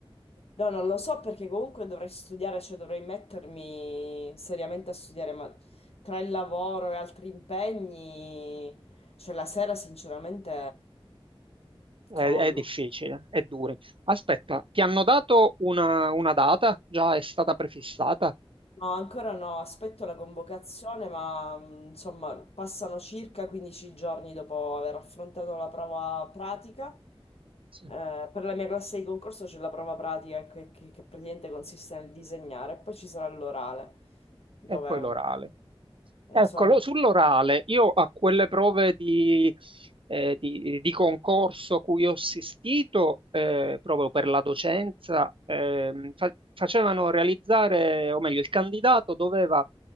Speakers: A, on the left; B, on the right.
A: No, non lo so perché comunque dovrei studiare, cioè dovrei mettermi seriamente a studiare, ma tra il lavoro e altri impegni, cioè la sera sinceramente
B: È,
A: crollo.
B: è difficile, è duro. Aspetta, ti hanno dato una, una data? Già è stata prefissata?
A: No, ancora no, aspetto la convocazione, ma mh, insomma passano circa 15 giorni dopo aver affrontato la prova pratica.
B: Sì.
A: Eh, per la mia classe di concorso c'è la prova pratica che, che- che praticamente consiste nel disegnare e poi ci sarà l'orale. dove
B: E poi l'orale.
A: insomma
B: Eccolo, sull'orale, io a quelle prove di, eh, di- di concorso cui ho assistito, eh, proprio per la docenza, ehm, fa- facevano realizzare, o meglio, il candidato doveva,